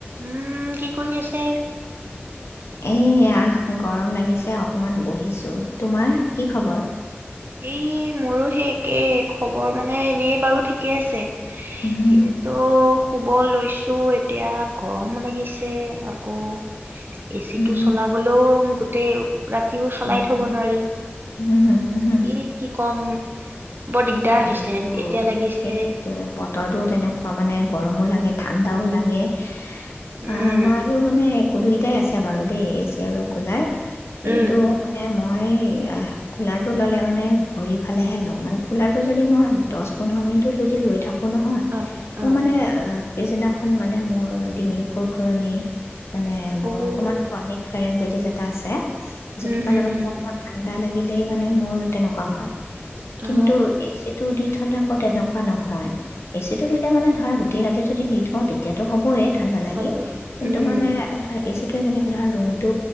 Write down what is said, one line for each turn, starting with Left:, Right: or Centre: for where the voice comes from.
Right: উমম, কি কৰি আছে?
Left: এইয়া গৰম লাগিছে অকমান বহিছোঁ। তোমাৰ কি খবৰ?
Right: এই, মোৰো সেই একেই খবৰ মানে। এনেই বাৰু ঠিকে আছে,
Left: উহুম,
Right: কিন্তু শুব লৈছোঁ। এতিয়া গৰম লাগিছে আকৌ। এচিটো
Left: উহুম,
Right: চলাবলও গোটেই ৰাতিও চলাই
Left: উম,
Right: থ'ব নোৱাৰি।
Left: উহুম, উহুম।
Right: এ, কি ক'ম! বৰ
Left: তাকেতো
Right: দিগদাৰ হৈছে, এতিয়া লাগিছে।
Left: সেইটোৱে বতৰটো তেনেকুৱা মানে গৰমো লাগে ঠাণ্ডাও লাগে আ
Right: উম,
Left: আমাৰো মানে দুইটাই আছে বাৰু দেই এ চি আৰু কুলাৰ। কিন্তু
Right: উম,
Left: মানে ম মই এইয়া কুলাৰটো ল'লে মানে ভৰি ফালেহে লওঁ, মানে কুলাৰটো যদি মই দচ পোন্ধৰ মিনিটো ল লৈ থক কোঁ নহয়
Right: অ',
Left: এ
Right: অ',
Left: মানে অ পিছদিনাখন মানে মোৰ ডিঙিৰ খুৰখুৰণি মানে
Right: অ',
Left: মোৰ অকমান ক্ৰনিক ফেৰেঞ্জাই তেজ এটা আছে। যিটো
Right: হম,
Left: কাৰণে
Right: হম,
Left: মানে
Right: হম,
Left: মোক
Right: হম
Left: অকণমান ঠাণ্ডা লাগ লাগিলেই মানে মোৰ তেনেকুৱা হয়। কিন্তু
Right: অ',
Left: এচিটো দি থলে তেনেকু নহয়, এচিটো দিলে মানে ধৰা গোটেই ৰাতি যদি দি থওঁ তেতিয়াটো হ'বই। ঠাণ্ডা লাগি
Right: হ'ব
Left: কিন্তু
Right: উম,
Left: মানে ধৰ এচি তই যেনেকে ধৰা ৰুমটো